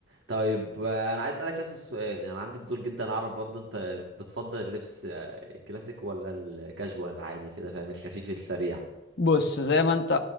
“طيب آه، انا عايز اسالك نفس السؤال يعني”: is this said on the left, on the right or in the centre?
Right